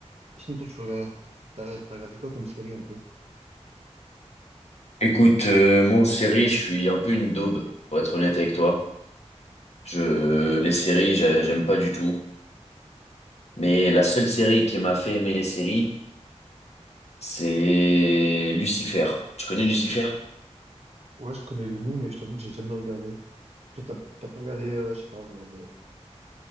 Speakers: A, on the right; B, on the left.
A: sinon, toi, tu regardes, t'as, t'as regardé quoi comme série un peu?
B: Écoute, euh, moi, en série, je suis un peu une daube, pour être honnête avec toi. Je, les séries, j'ai- j'aime pas du tout. Mais la seule série qui m'a fait aimer les séries, c'est Lucifer. Tu connais Lucifer?
A: Ouais, je connais le nom, mais je t'avoue que j'ai jamais regardé. Après, t'as t'as pas regardé, euh, je sais pas, moi.